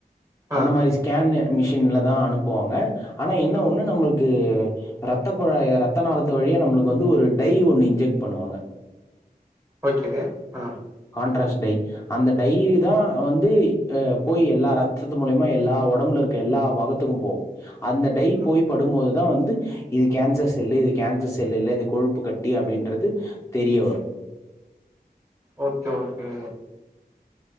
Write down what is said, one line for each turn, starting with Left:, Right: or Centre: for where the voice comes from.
Left: அந்த
Right: ஆ
Left: மாரி ஸ்கேன்னு மிஷின்ல தா அனுப்புவாங்க ஆனா என்ன
Right: ம்
Left: ஒன்னு நம்ளுக்கு ரத்த குழாய்ய ரத்தநாளத்து வழியா நம்ளுக்கு வந்து ஒரு டை ஒண்ணு இன்ஜெக் பண்ணுவாங்க
Right: ஓகே ஆஹ்
Left: அன் ட்ரஸ் டை அந்த டை தா வந்து ஆஹ் போய் எல்லா ரத்தத்து மூலியமா எல்லா ஒடம்புல இருக்க எல்லா பாகத்துக்கும் போகும் அந்த டை
Right: ம்
Left: போய் படும்போது தா வந்து இது கேன்சர் செல்லு இது கேன்சர் செல் இல்ல இது கொழுப்பு கட்டி அப்டின்றது தெரிய வரும்
Right: ஓகே ஓகே